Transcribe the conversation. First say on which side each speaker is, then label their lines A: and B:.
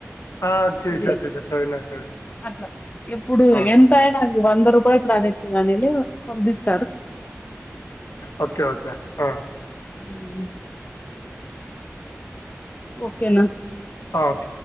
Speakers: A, on the left (about 80°); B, on the left (about 30°).
A: ఆ చూసా
B: ఇదే
A: చూసా చదివినా చదివినా
B: అట్లా ఎప్పుడు
A: అవును
B: ఎంత అయినా వంద రూపాయి ప్రాజెక్ట్ కానియండి పంపిస్త
A: ఓకే ఓకే ఆ
B: ఉ ఓకేనా
A: ఓకే